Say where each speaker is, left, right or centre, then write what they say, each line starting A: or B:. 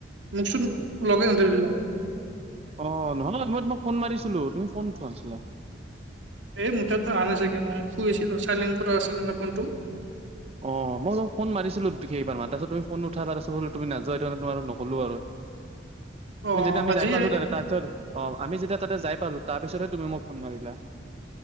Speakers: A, on the right; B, on the right.
A: মোকচোন লাগেন নধৰিলে
B: অ নহ'লে মই তোমাক ফোন মাৰিছিলোঁ তুমি ফোন উঠোৱা নাছিলা।
A: এই মোৰতো আহা নাই চাগে মই শুই আছিলোঁ চাইলেণ্ট কৰা আছিল মানে ফোনটো।
B: অ মই ফোন মাৰিছিলোঁ কেইবাৰমান তাৰ পিছত তুমি ফোন নোঠালা, তাৰপিছত বোলো তুমি নোযোৱা এইটো কাৰণে তোমাক নক কলো আৰু
A: অ
B: যেতিয়া আমি
A: আজি
B: যাই পালোঁ তাত তাৰপিছত। অ আমি যেতিয়া তাতে যাই পালোঁ। তাৰপিছতহে তুমি মোক ফোন মাৰিলা।